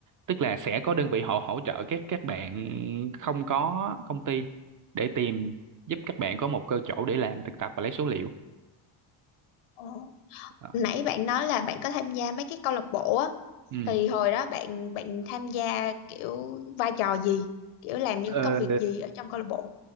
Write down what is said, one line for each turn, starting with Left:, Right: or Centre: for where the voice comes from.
Right: tức là sẽ có đơn vị họ hỗ trợ các các bạn không có công ty để tìm giúp các bạn có một cơ chỗ để làm thực tập và lấy số liệu
Left: Ờ.
Right: Đó.
Left: nãy bạn nói là bạn có tham gia mấy cái câu lạc bộ á
Right: ừ
Left: thì hồi đó bạn bạn tham gia kiểu vai trò gì kiểu làm những
Right: Ờ,
Left: công việc gì ở trong câu lạc bộ